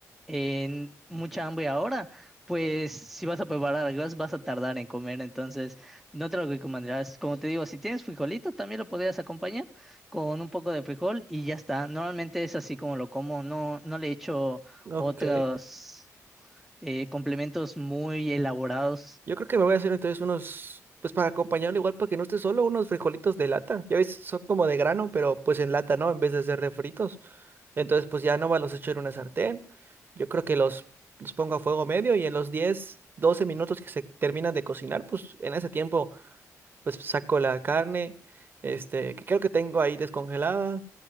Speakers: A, in the centre; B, on the right.
A: en mucha hambre ahora, pues si vas a preparar arroz vas a tardar en comer. Entonces, no te lo recomendarás. Como te digo, si tienes frijolito, también lo podrías acompañar con un poco de frijol y ya está. Normalmente es así como lo como. No, no le echo
B: Ok.
A: otros eh, complementos muy elaborados.
B: Yo creo que me voy a hacer entonces unos, pues para acompañarlo igual, para que no esté solo, unos frijolitos de lata. Ya ves, son como de grano, pero pues en lata, ¿no? En vez de ser refritos. Entonces, pues ya nomás los echo en una sartén. Yo creo que los, los pongo a fuego medio y en los diez doce minutos que se terminan de cocinar, pues en ese tiempo, pues saco la carne, este, que creo que tengo ahí descongelada